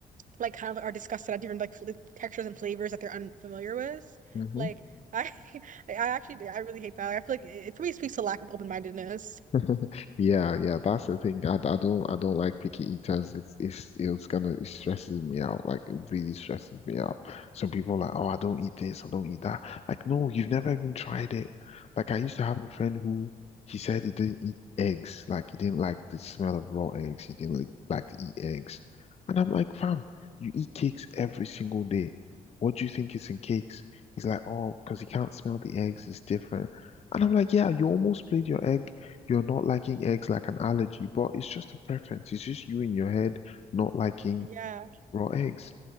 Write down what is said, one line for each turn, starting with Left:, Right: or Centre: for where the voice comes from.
Right: like kind of are disgusted at different like fl textures and flavors that they're unfamiliar with.
Left: Mhm.
Right: Like I, <laughs> I actually I really hate that. Like, I feel like it, it for me speaks to lack of open-mindedness.
Left: <laughs> Yeah, yeah, that's the thing. I, I don't I don't like picky eaters. It's it's it's gonna it stresses me out. Like it really stresses me out. Some people are like, oh, I don't eat this, I don't eat that. Like, no, you've never even tried it. Like I used to have a friend who he said he didn't eat eggs. Like he didn't like the smell of raw eggs. He didn't like, like to eat eggs. And I'm like, fam, you eat cakes every single day. What do you think is in cakes? He's like, oh, because he can't smell the eggs, it's different. And I'm like, yeah, you almost played your egg. You're not liking eggs like an allergy, but it's just a preference. It's just you in your head not liking
Right: Yeah.
Left: raw eggs.